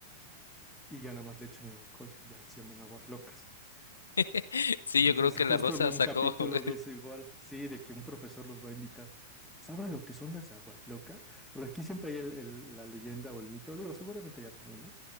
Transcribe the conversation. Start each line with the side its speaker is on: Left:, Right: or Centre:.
Centre: y ya nada más le echan el alcohol y ya se llaman aguas locas.
Left: <laughs> Sí, yo
Centre: Entonces
Left: creo que
Centre: justo
Left: la Rosa
Centre: vi un
Left: sacó.
Centre: capítulo
Left: <laughs>
Centre: de eso igual, sí, de que un profesor los va a invitar. ¿Saben lo que son las aguas locas? Por aquí siempre hay el- el- la leyenda o el mito, digo, seguramente ya también, ¿no?